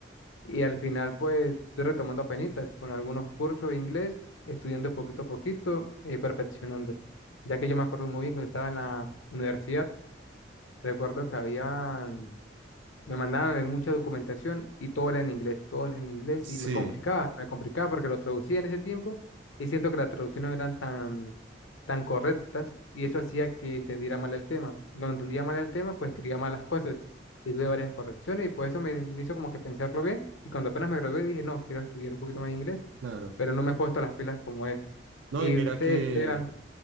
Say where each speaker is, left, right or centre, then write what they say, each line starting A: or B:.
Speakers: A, on the left (about 85°); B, on the right (about 75°).
A: Y al final, pues, estoy retomando apenitas con algunos cursos de inglés, estudiando poquito a poquito, eh, perfeccionando. Ya que yo me acuerdo muy bien cuando estaba en la universidad, recuerdo que había me mandaron en mucha documentación y todo era en inglés, todo era en inglés
B: sí,
A: y me complicaba, me complicaba porque lo traducía en ese tiempo y siento que las traducciones no eran tan, tan correctas y eso hacía que entendiera mal el tema. Cuando entendía mal el tema, pues escribía malas cosas y tuve varias correcciones y por eso me, me hizo como que pensarlo bien y cuando apenas me gradué dije, no, quiero estudiar un poquito más inglés,
B: claro.
A: pero no me he puesto las pilas como es.
B: No,
A: Y
B: y mira
A: usted,
B: que
A: Esteban,